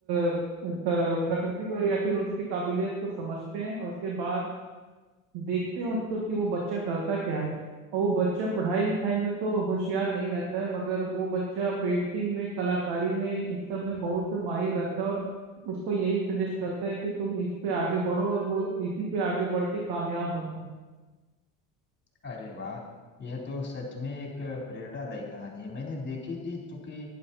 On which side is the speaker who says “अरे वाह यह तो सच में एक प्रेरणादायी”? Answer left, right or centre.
Left